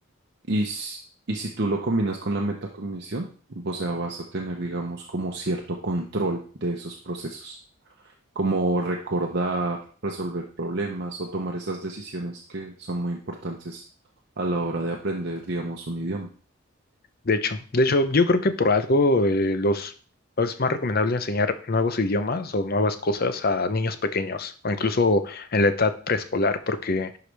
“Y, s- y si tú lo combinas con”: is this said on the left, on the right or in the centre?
Right